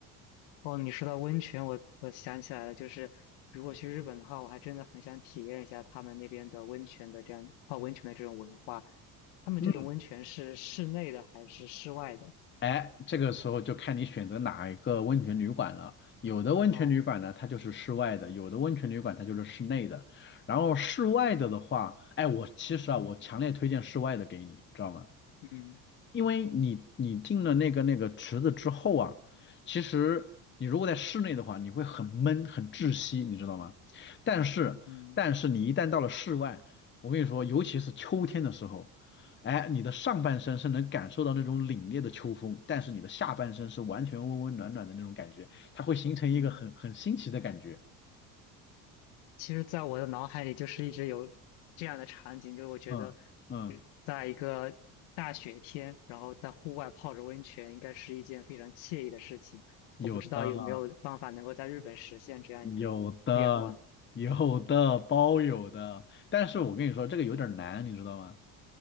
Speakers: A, on the left (about 70°); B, on the left (about 25°).
A: 哦，你说到温泉，我我想起来了，就是如果去日本的话，我还真的很想体验一下他们那边的温泉的这样泡温泉的这种文化。他们这种温泉是室内的还是室外的？
B: 嗯。哎，这个时候就看你选择哪一个温泉旅馆了。有的温泉旅馆呢，
A: 嗯
B: 它就是室外的；有的温泉旅馆它就是室内的。然后室外的的话，哎，我其实啊，我强烈推荐室外的给你，知道吗？
A: 嗯
B: 因为你你进了那个那个池子之后啊，其实你如果在室内的话，你会很闷很窒息，你知道吗？但是但是你一旦到了室外，
A: 嗯
B: 我跟你说，尤其是秋天的时候，哎，你的上半身是能感受到那种凛冽的秋风，但是你的下半身是完全温温暖暖的那种感觉，它会形成一个很很新奇的感觉。
A: 嗯，其实，在我的脑海里就是一直有这样的场景，就是我觉得
B: 嗯嗯，
A: 呃在一个大雪天，然后在户外泡着温泉，应该是一件非常惬意的事情。
B: 有的
A: 我不知道有没有办法能够在日本实现这样一个愿望。
B: 有的有的包有的，但是我跟你说这个有点难，你知道吗？